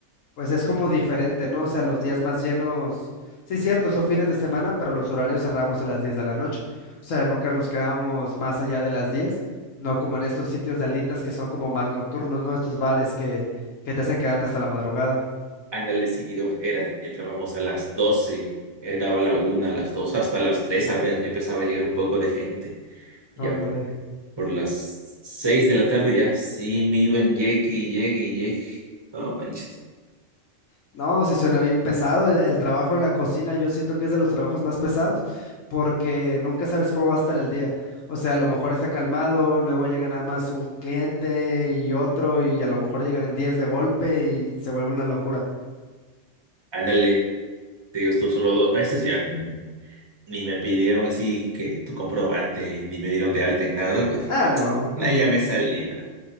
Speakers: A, on the left (about 80°); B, on the right (about 20°).
A: Pues es como diferente, ¿no? O sea, los días más llenos, sí, cierto, son fines de semana, pero los horarios cerramos a las 10 de la noche. O sea, nunca nos quedamos más allá de las 10. no como en estos sitios de alitas que son como más nocturnos, ¿no? Estos bares que, que te hacen quedarte hasta la madrugada.
B: Ándale, sí, digamos, era, entrábamos a las doce eh, daba la una, a las dos, hasta las tres ape- empezaba a llegar un poco de gente. Ya
A: No, Hombre.
B: por las seis de la tarde ya, sí, me iban, llegue y llegue y llegue. No manches.
A: No, sí suena bien pesado. El, el trabajo en la cocina yo siento que es de los trabajos más pesados porque nunca sabes cómo va a estar el día. O sea, a lo mejor está calmado, luego llega nada más un cliente y otro y a lo mejor llegan 10 de golpe y se vuelve una locura.
B: Ándale, te digo, estuve solo dos meses ya. ni me pidieron así que tu comprobante, ni me dieron de alta en nada, pues dije,
A: Ah, no.
B: nah, ya me salí, nah".